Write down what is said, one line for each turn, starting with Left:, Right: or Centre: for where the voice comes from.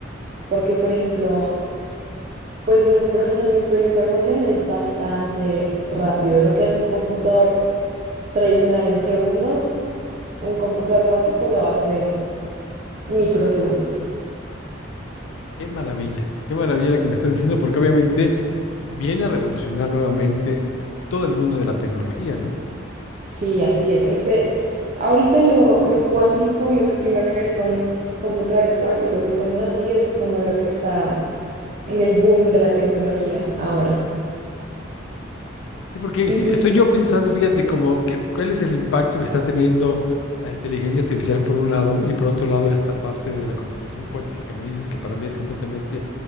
Right: porque, por ejemplo, pues en el procesamiento de información es bastante rápido. Lo que hace un computador tradicional en segundos, un computador cuántico lo va a hacer en Microsegundos.
Left: Qué maravilla, qué maravilla la que me estás diciendo, porque obviamente viene a revolucionar nuevamente todo el mundo de la tecnología, ¿no?
Right: Sí, así es. Este, ahorita lo, lo cuántico, lo que tenga que ver con computadores cuánticos y cosas así, es como lo que está en el boom de la tecnología ahora.
Left: Sí, porque
Right: Incluso
Left: sí, estoy yo pensando, fíjate, como ¿qué- cuál es el impacto que está teniendo la inteligencia artificial por un lado y por otro lado esta parte de la computación cuántica que me dices que para mí es completamente